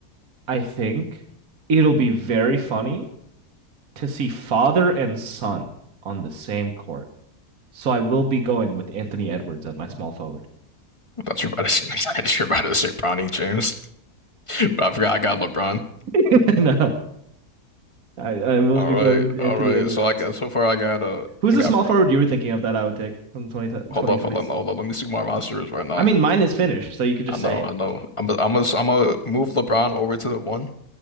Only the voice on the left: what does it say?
I thought you were about to say, <laughs> Not sure about to say Bronny James, <laughs> but I forgot I got LeBron.
All
right,
all right.
So I got so far I got uh
I
got
hold
up, hold up, hold up. Let me see who my roster is right now.
I know,
I know.
I'm i I'm gonna I'm gonna move LeBron over to the one